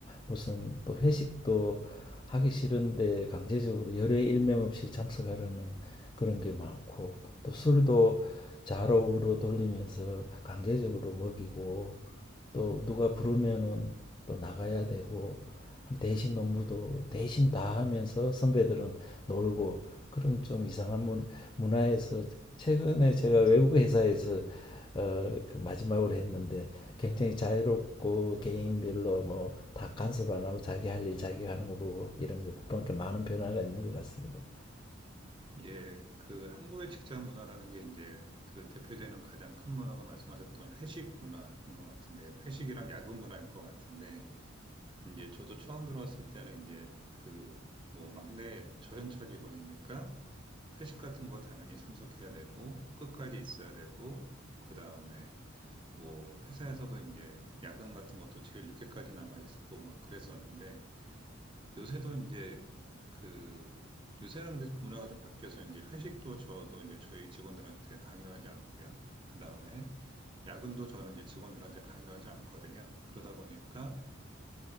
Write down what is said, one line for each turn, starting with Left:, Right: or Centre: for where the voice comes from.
Left: 무슨 또 회식도 하기 싫은데 강제적으로 열의 일명 없이 참석하려는 그런 게 많고 또 술도 좌로 우로 돌리면서 강제적으로 먹이고 또 누가 부르면은 또 나가야 되고 대신 업무도 대신 다 하면서 선배들은 놀고 그런 좀 이상한 문, 문화에서 최근에 제가 외국 회사에서 어, 그 마지막으로 했는데 굉장히 자유롭고 개인별로 뭐 다 간섭 안 하고 자기 할 일 자기가 하는 거 보고 이런 거 보니까 많은 변화가 있는 것 같습니다.
Right: 예, 그 한국의 직장 문화라는 게 이제 그 대표되는 가장 큰 문화가 말씀하셨던 회식 문화인 것 같은데요. 회식이랑 야근 문화일 것 같은데 이제 저도 처음 들어왔을 때는 이제 그 뭐 막내 저연차 직원이니까 회식 같은 거 당연히 참석해야 되고 끝까지 있어야 되고 그 다음에 뭐 회사에서도 이제 야근 같은 것도 제일 늦게까지 남아 있고 막 그랬었는데 요새도 이제 그 요새는 근데 문화가 좀 바뀌어서 이제 회식도 저도 이제 저희 직원들한테 강요하지 않고요. 그 다음에 야근도 저는 이제 직원들한테 강요하지 않거든요. 그러다 보니까